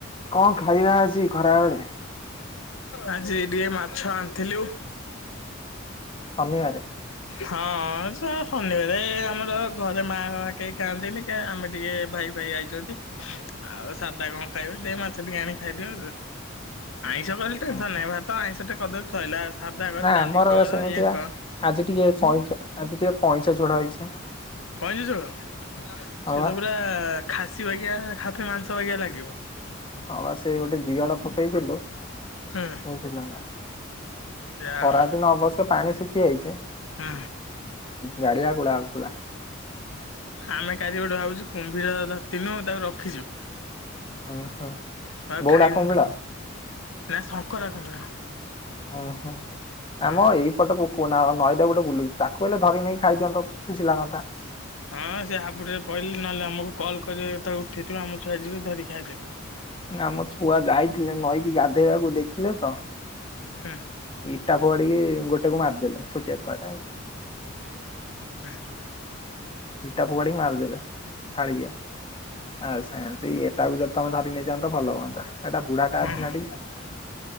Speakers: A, on the left (about 25°); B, on the left (about 85°).
A: କଣ ଖାଇିବା ଅଛି ଖରା ବେଳେ?
B: ଆଜି ଟିକେ ମାଛ ଆଣିଥିଲୁ।
A: ଶନିବାରେ
B: ହଁ ଶନିବାରେ ଆମର ଘରେ ମା ବା କେହି ଖାଆନ୍ତିନି କେ ଆମେ ଟିକେ ଭାଇ ଭାଇ ଆଇଛନ୍ତି। ଆଉ ସାଧା କଣ ଖାଇବ ଦେ ମାଛ ଟିକେ ଆଣିକି ଖାଇଦିଅ ଆଇଁଷ କଲି ଟେନସନ
A: ହଁ
B: ନାଇଁ ଭାତ ଆଇଁଷଟେ କରିଦେଲେ ସଇଲା, ସାଧା କଲେ
A: ନା
B: ଡାଲି
A: ଆମର
B: କର
A: ସେମିତିଆ
B: ଇଏ କର।
A: ଆଜି ଟିକେ କଇଁଚ ଆଜି ଟିକେ କାଇଁଚ ଝୋଳ ହେଇଛି।
B: କଇଁଚ ଝୋଳ
A: ହଁ
B: ସେ
A: ବା।
B: ତ ପୁରା ଖାସି ବାଗିଆ ଖାସି ମାଂସ ବାଗିଆ ଲାଗିବ।
A: ହଁବା ସେ ଗୋଟେ ଦିଅଳ ପକେଇଥିଲୁ
B: ହୁଁ
A: ବୁଝିଲ ନା।
B: ଯାହା
A: ଖରାଦିନ
B: ହଉ
A: ଅବଶ୍ୟ ପାଣି ଶୁଖି ଯାଇଛି।
B: ହୁଁ।
A: ଗାଡିଆ କୁଡା ହଉ ଥଲା।
B: ଆମେ କାଲି ଗୋଟେ ଭାବୁଛୁ କୁମ୍ଭୀର ଧରତିନୁ ତାକୁ ରଖିଛୁ।
A: ଉଁ ହୁଁ
B: ଆଉ
A: ବଉଳା
B: ଖାଇଥାନ୍ତୁ
A: କୁମ୍ବିଳ
B: ତାକୁ, ନା ଶଙ୍କରା କୁମ୍ଭୀର।
A: ଉଁ ହୁଁ
B: ହଁ।
A: ଆମ ଏଇପଟ ପ କୋନା ନଈଦା ଗୋଟେ ବୁଲୁଛି ତାକୁ ହେଲେ ଧରି ନେଇ ଖାଇ ଦିଅନ୍ତ ଖୁସି ଲାଗନ୍ତା।
B: ହଁ ସେ ହାବୁଡରେ ପଇଲେ ନହେଲେ ଆମକୁ କଲ୍ କରିବେ ଯେତେବେଳେ ଉଠେଇଥିବ ଆମ ଛୁଆ ଯିବେ ଧରିକ ଖାଇଦେବେ।
A: ଆମ ଛୁଆ ଯାଇଥିଲେ ନଈକି ଗାଧେଇବାକୁ ଦେଖିଲେ ତ?
B: ହଁ।
A: ଇଟା ଫୋପାଡିକି ଗୋଟେକୁ ମାରିଦେଲେ ଛୋଟିଆ ଛୁଆଟା ଉ।
B: ହା।
A: ଇଟା ଫୋପାଡିକି ମାରିଦେବେ ଫାଳିକିଆ ଆଉ ସେମତି ଏଟାକୁ ଯଦି ତମେ ଧରି ନେଇଯା ତ ଭଲ ହୁଅନ୍ତା ଏଟା ବୁଢା ଅଛି
B: ହଁ
A: ନା ଟିକେ।